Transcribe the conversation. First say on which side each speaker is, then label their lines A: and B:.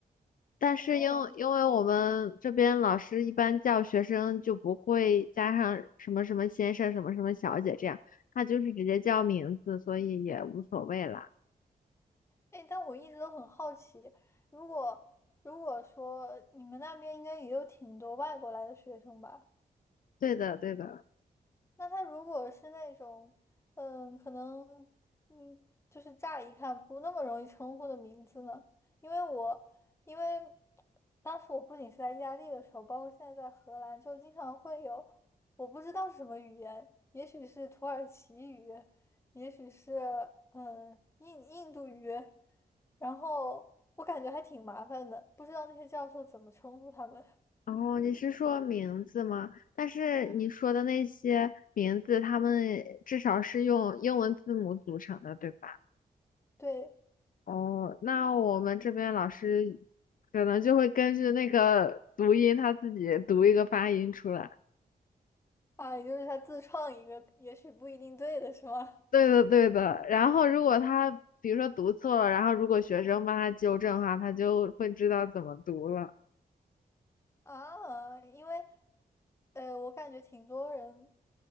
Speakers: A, on the left; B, on the left.
A: 但是因为因为我们这边老师一般叫学生就不会加上什么什么先生、
B: 哦，
A: 什么什么小姐这样，他就是直接叫名字，所以也无所谓啦。
B: 哎，但我一直都很好奇，如果如果说你们那边应该也有挺多外国来的学生吧？
A: 对的，对的。
B: 那他如果是那种，嗯，可能，嗯，就是乍一看不那么容易称呼的名字呢？因为我，因为当时我不仅是在意大利的时候，包括现在在荷兰，就经常会有我不知道是什么语言，也许是土耳其语，也许是嗯印印度语，然后我感觉还挺麻烦的，不知道那些教授怎么称呼他们。
A: 然后你是说名字吗？但是你说的那些名字，
B: 嗯，
A: 他们至少是用英文字母组成的，对吧？
B: 对。
A: 哦，那我们这边老师可能就会根据那个读音，他自己读一个发音出来。
B: 啊，也就是他自创一个，也许不一定对的是吗？
A: 对的，对的。然后，如果他比如说读错了，然后如果学生帮他纠正的话，他就会知道怎么读了。
B: <laughs> 啊，因为，呃，我感觉挺多人，